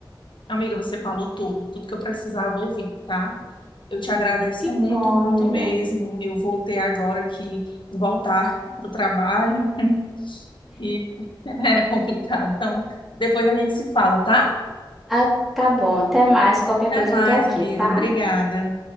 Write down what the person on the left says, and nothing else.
Amiga, você falou tudo, tudo que eu precisava ouvir, tá? Eu te agradeço
muito,
muito
mesmo. Eu voltei agora que voltar para o trabalho <laughs> e é complicado. Então, depois a gente se fala, tá?
Até
mais,
amiga.
Obrigada.